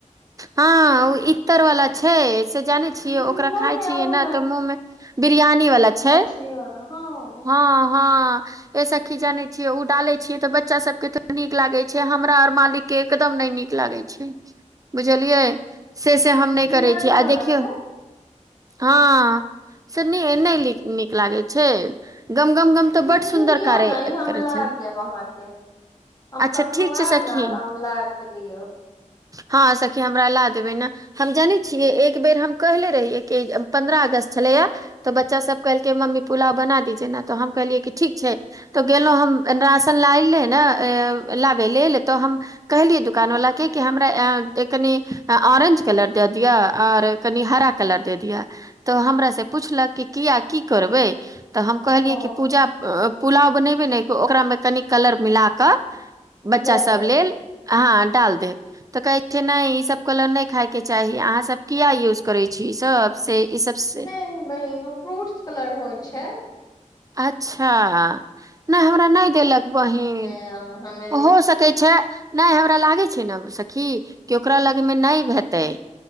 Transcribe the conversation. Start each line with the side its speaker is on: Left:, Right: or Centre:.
Right: हँ ओ इ्तर वाला छै से जाने छियै
Left: नहि
Right: ओकरा खाय
Left: नहि
Right: छियै
Left: ओ
Right: नऽ तऽ मुँहं मऽ बिरियानी वाला छै
Left: छि हँ
Right: हँ हँ ऐ सखि जाने छिय उ डाले छियै तऽ बच्चा सब के नीक लागे छै हमरा और मालिक कऽ एकदम नहि नीक लागे छै बुझलियै से से हम नई
Left: बिरियानी
Right: करै छी आ
Left: वाला
Right: देखियौ
Left: छै
Right: हँ, से नयऽ नीक नहि लागे छै। गम गम गम तऽ
Left: ई
Right: बड सुन्दर
Left: ई लियौ
Right: कार्य
Left: ने ई हम
Right: करै
Left: लाय
Right: छै
Left: देब अहाँके हम
Right: अच्छा
Left: कखनो
Right: ठीक छै
Left: आएब
Right: सखी
Left: ने तऽ हम ला के दियौ
Right: हँ सखी हमरा ला देबै नऽ हम जानै छियै। एक बेर हम कहने रहियै कि पन्द्रह अगस्त छलैए यह तऽ बच्चा सब कहलकै मम्मी पुलाव बना दीजिये न तऽ हम कहलियै कि ठीक छै तऽ गेलहुँ हम राशन लायल ने लाबै लेल तऽ हम कहलियै दुकान वला के कि हमरा कनि ऑरेंज कलर दए दिअ और कनि हरा कलर दे दिअ तऽ हमरा से पुछलक कि किया की करबै तऽ हम कहलियै,
Left: ओ
Right: पुलाव बनेबै ने। ओकरामे कनी कलर मिला कऽ बच्चा
Left: दे देब
Right: सब लेल हँ डाल देब तऽ कहै छै नई ईसभ कलर नई खायके चाही अहाँसभ किआ यूज करै छी ई सभ? से ई सभसँ?
Left: नय बहिन ओ फ्रूट्स कलर होइ छै
Right: अच्छा नय हमरा नय देलक बहिन
Left: आ <unintelligible>
Right: हो सकैत छै नहि हमरा लागै छै ने सखी कि ओकरा लगमे नहि हेतै